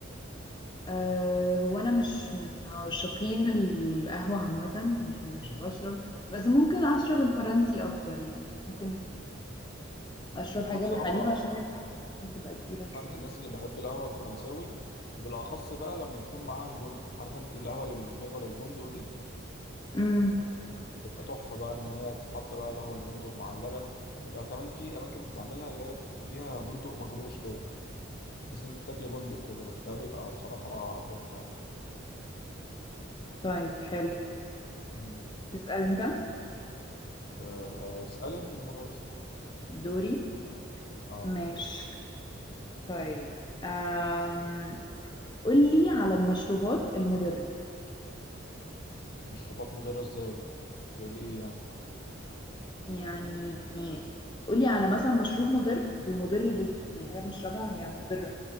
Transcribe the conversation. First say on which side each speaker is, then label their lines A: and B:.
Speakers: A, on the left; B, on the left.
A: أه هو أنا مش من عاشقين القهوة عامة يعني مش
B: مم.
A: بشرب بس ممكن أشرب الفرنسي أكتر يعني ممكن أشرب حاجة
B: انا بصراحه
A: بالحليب عشان الحليب ممكن تبقى تقيلة
B: انا
A: شوية
B: من الناس اللي بحب القهوه الفرنساوي وبالاخص بقى لما يكون معاها البندق عارفه انت القهوه اللي بالفليفر البندق دي
A: امم
B: بتبقى تحفه بقى ان هي تتحط بقى القهوه البندق مع اللبن يبقى كمان في اماكن بتعملها اللي هي بتبقى فيها بندق مجروش كده تحس ان انت بتاكلي بندق كده ده بيبقى بصراحه تحفه يعني
A: طيب حلو
B: مم.
A: تسأل أنت
B: أه، اسالي انت المره دي
A: دوري
B: اه
A: ماشي طيب أم... قولي على المشروبات المضرة
B: مشروبات مضره ازاي زي ايه يعني
A: يعني قولي على مثلا مشروب مضر ومضر ليه يعني حاجة بنشربها هي مضرة